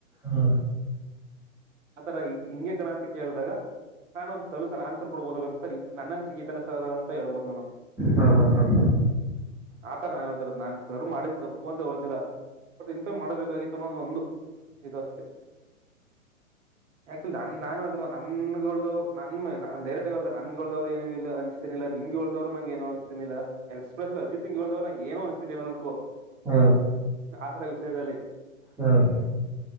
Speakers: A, in the centre; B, on the right (about 65°).
A: ಹಾ
B: ಸರ ಈ ಹಿಂಗೆ ಕಣ ಅಂತ ಕೇಳಿದಾಗ ನಾನುಂದಂದು ಸಲ್ಯೂಷನ್ ಆನ್ಸರ್ ಕೊಡ್ಬೋದು ಬ ಸರ್ ನನ್ನ ಅನಿಸಿಕೆ ಈ ತರ ಸದ ಸರ್ ಅಂತ ಹೇಳ್ಬೋದು ನಾನು.
A: ಹ್ಮ್ ಹ್ಮ್ ಹ್ಮ್ ಹ್ಮ್
B: ಆತರ ನಾನ್ ಹೇಳ್ತಿರ್ ನಾನ್ ಸರ್ ಮಾಡಿದ್ ತಪ್ಪು ಅಂತ ಹೇಳ್ತಿಲ್ಲಾ. ಬಟ್ ಇನ್ಫಾರಮ್ ಮಾಡ್ಬೇಕಾಗಿತ್ತು ಅನ್ನೋದು ಒಂದು ಇದು ಅಷ್ಟೇ. ಯಾಕಂದ್ರೆ ನಾನು ಓದ್ದಿಲ್ವಾ ನಾನ್ ಹ್ ನನ್ಗದವ್ ನನ್ ಮ ನ ಧೈರ್ಯದ ನನ್ಗಗಳೋದ್ರು ಏನ ಇ ಅನ್ಸ್ತೀನಿಲ್ಲ ನಿಂಗಗೆೋ್ದವ್ರು ನಂ ಏನು ಅಿಸಸ್ತನಿಲ್ಲ <unintelligible> ಎಲ್ಸ್ಪ ಅಜಿತ್ ಹಂಗ ಹೇಳದವ ನಂ ಏನು ಅಸ್ತಿನಿಲ್ಲಾಲ್
A: ಹ್ಮ್
B: ಆತರ ವಿಷಯದಲ್ಲಿ
A: ಹ್ಮ್